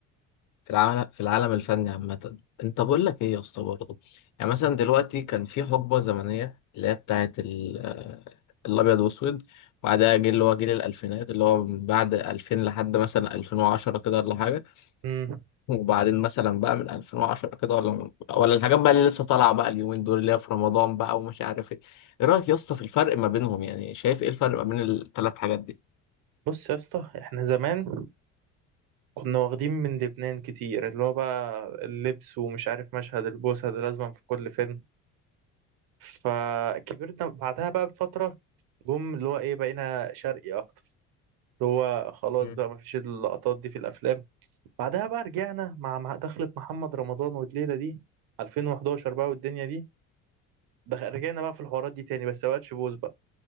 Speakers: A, on the left (about 50°); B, on the right (about 65°).
A: في العالم في العالم الفني عامة انت بقول لك ايه يا اسطى برضه يعني مثلا دلوقتي كان في حقبة زمنية اللي هي بتاعت ال- آه، الابيض واسود بعدها جيل اللي هو جيل الالفينات اللي هو من بعد 2000 لحد مثلا 2010 كده ولا حاجة
B: امم
A: وبعدين مثلا بقى من 2010 كده ولا ولا الحاجات بقى اللي لسه طالعة بقى اليومين دول اللي هي في رمضان بقى ومش عارف ايه ايه رأيك يا اسطى في الفرق ما بينهم يعني شايف ايه الفرق ما بين الثلاث حاجات دي
B: بص يا اسطى احنا زمان كنا واخدين من لبنان كتير اللي هو بقى اللبس ومش عارف مشهد البوسة ده لازم في كل فيلم فكبرنا بعدها بقى بفترة جم اللي هو ايه بقينا شرقي اكتر اللي هو خلاص
A: مم.
B: بقى مفيش اللقطات دي في الافلام بعدها بقى رجعنا مع مع دخلة محمد رمضان والليلة دي 2011 بقى والدنيا دي دخ... رجعنا بقى في الحوارات دي تاني بس مبقتش بوز بقى